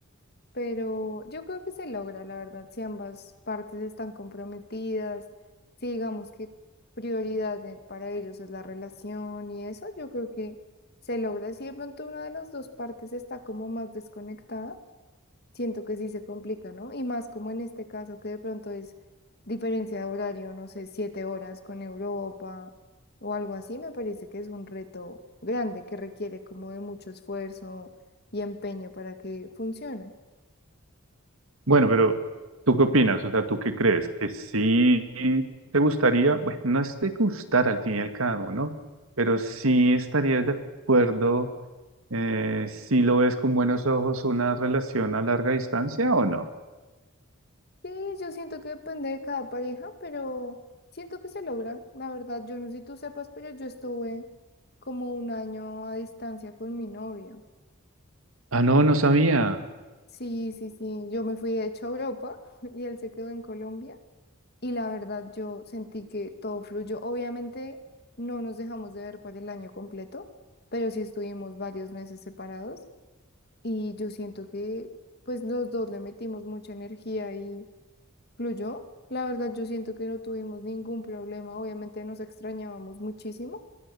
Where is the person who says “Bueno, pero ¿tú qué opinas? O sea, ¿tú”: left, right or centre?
Right